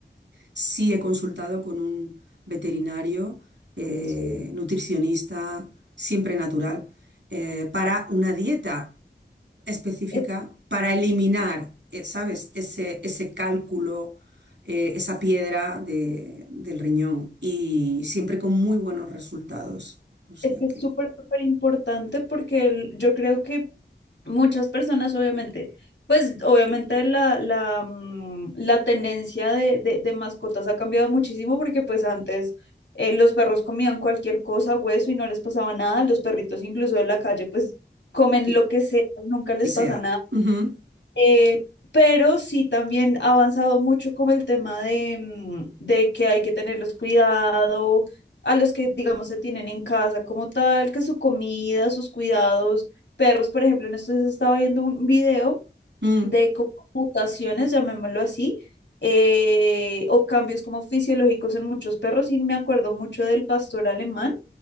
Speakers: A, on the right (about 80°); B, on the left (about 80°).
A: Sí he consultado con un veterinario, eh,
B: Sí.
A: nutricionista, siempre natural, eh, para una dieta específica
B: Es,
A: para eliminar, eh, ¿sabes?, ese, ese cálculo, eh, esa piedra de- del riñón y siempre con muy buenos resultados. O sea
B: es que es
A: que,
B: súper, súper importante porque el- yo creo que muchas personas, obviamente, pues obviamente la, la, mm, la tenencia de, de- de mascotas ha cambiado muchísimo porque pues antes eh, los perros comían cualquier cosa, hueso y no les pasaba nada, los perritos incluso de la calle pues comen
A: sí,
B: lo que sea, nunca les
A: que sea.
B: pasa nada.
A: Ujú,
B: Eh, pero sí también ha avanzado mucho como el tema de, mm, de que hay que tenerles cuidado a los que, digamos, se tienen en casa como tal, que su comida, sus cuidados, perros, por ejemplo, en estos días estaba viendo un video
A: mm,
B: de como mutaciones, llamémoslo así, eh, o cambios como fisiológicos en muchos perros y me acuerdo mucho del pastor alemán,